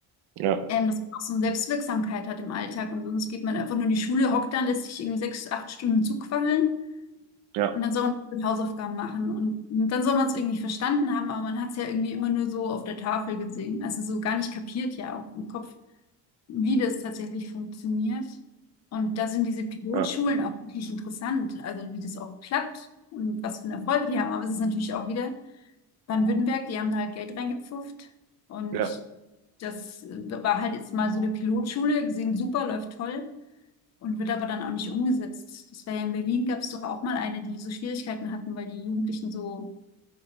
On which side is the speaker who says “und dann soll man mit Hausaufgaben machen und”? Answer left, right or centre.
Left